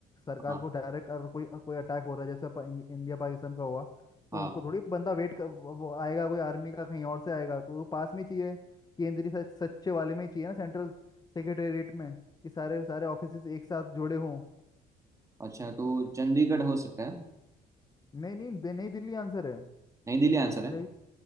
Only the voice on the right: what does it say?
हाँ
हाँ
अच्छा तो चंडीगढ़ हो सकता है
नई दिल्ली आंसर
है